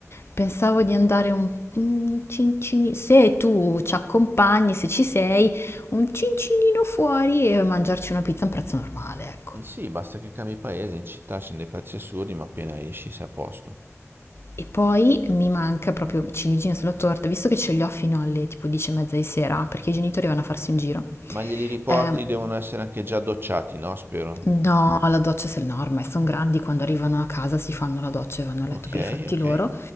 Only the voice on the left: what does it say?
pensavo di andare un, un cincini, se tu ci accompagni, se ci sei, un cincinino fuori e mangiarci una pizza a un prezzo normale, ecco.
E poi mi manca proprio ciliegina sulla torta, visto che ce li ho fino alle tipo 10 e mezza di sera, perché i genitori vanno a farsi un giro.
Ehm,
No, la doccia se no, ormai sono grandi, quando arrivano a casa si fanno la doccia e vanno a
letto per i fatti
loro,